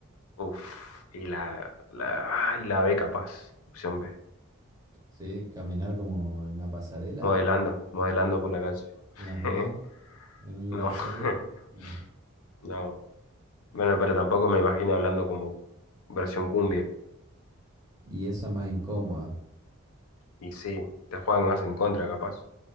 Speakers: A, on the left; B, on the right.
A: Uf, y la, la, ay, la B capaz, opción B.
B: ¿Sí? ¿Caminar como en una pasarela?
A: Modelando, modelando por la calle.
B: ¿Te imaginás?
A: <laughs>
B: ¿En un lugar
A: No,
B: serio?
A: <laughs>
B: <laughs>
A: no. Bueno, pero tampoco me imagino hablando como versión cumbia.
B: Y esa más incómoda,
A: Y sí, te juegan más en contra, capaz.